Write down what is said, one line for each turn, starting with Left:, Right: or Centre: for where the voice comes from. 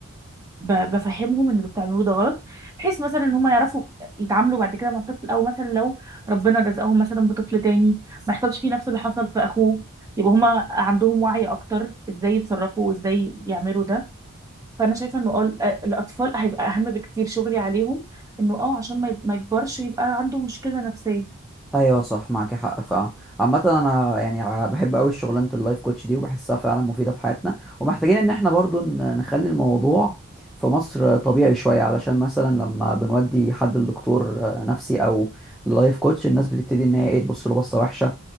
Right: ب- بفهمهم ان اللي بتعملوه ده غلط بحيث مثلا ان هم يعرفوا يتعاملوا بعد كده مع الطفل او مثلا لو ربنا رزقهم مثلا بطفل تاني ما يحصلش فيه نفس اللي حصل في اخوه يبقى هما عندهم وعي اكتر ازاي يتصرفوا وازاي يعملوا ده فانا شايفه انه اه ال- آه، الاطفال هيبقى اهم بكتير شغلي عليهم انه اه عشان ما يب- ما يكبرش يبقى عنده مشكله نفسيه
Centre: ايوه صح معاك حق فعلا عامه انا يعني ع- بحب قوي شغلانه اللايف كوتش دي وبحسها فعلا مفيده في حياتنا ومحتاجين ان احنا برضو ن- نخلي الموضوع في مصر طبيعي شويه علشان مثلا لما بنودي حد لدكتور نفسي او لايف كوتش الناس بتبتدي ان هي ايه تبص له بصه وحشه